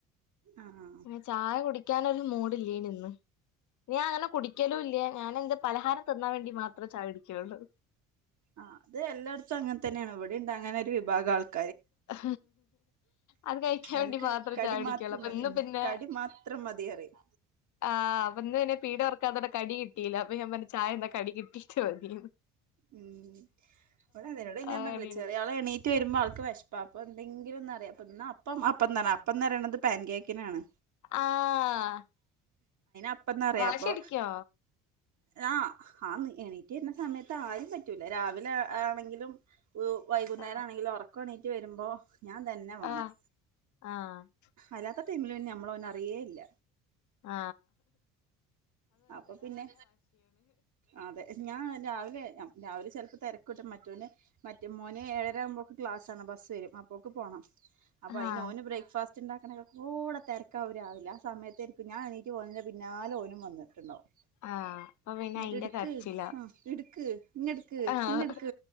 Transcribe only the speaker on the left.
അ ചായ കുടിക്കാൻ ഒരു മൂഡല്ലേ നിന്ന് ഞാൻ അങ്ങനെ കുടിക്കലും ഇല്ല ഞാൻ പലഹാരം തിന്നാൻ വേണ്ടി മാത്രേ ചായ കുടിക്കുകയുള്ളൂ
ആ അത് കഴിക്കാൻ
വേണ്ടി മാത്രം
ചായ കുടിക്കുകയുള്ളോ
അപ്പൊ
ഇന്ന്
പിന്നെ
ആ ഇന്ന് പിന്നെ പീടിക തുറക്കാത്തതോ കിട്ടിയില്ലേ അപ്പൊ ഞാൻ പറഞ്ഞു ചായ എന്താ കിട്ടിട്ട് മതി
അങ്ങനെ
ആഹ്
വാശി
പിടിക്കോ
ആഹ്
ആഹ് ആഹ്
ആ
ആഹ്
ആഹ് അപ്പൊ പിന്നെ
അയിന്റെ
കരച്ചിലാ
ആഹ്